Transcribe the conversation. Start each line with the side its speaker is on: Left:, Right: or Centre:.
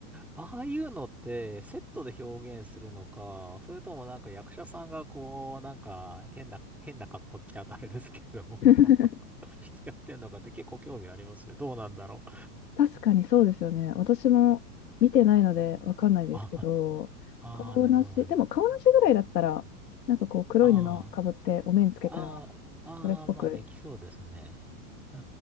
Centre: ああいうのってセットで表現するのか、それともなんか役者さんがこう、なんか変な、変な格好って言っちゃうとあれですけれども
Left: <laughs>
Centre: <laughs> してやってんのかって結構興味ありますよ。どうなんだろう。
Left: 確かにそうですよね。私も見てないのでわかんないですけど、
Centre: あ、ああ、
Left: 顔なし、
Centre: なるほど、なるほど。
Left: でも顔なしぐらいだったら、なんかこう黒い布かぶってお面つけたら、
Centre: ああ、ああ、
Left: それっぽく
Centre: ああ、まあできそうですね。う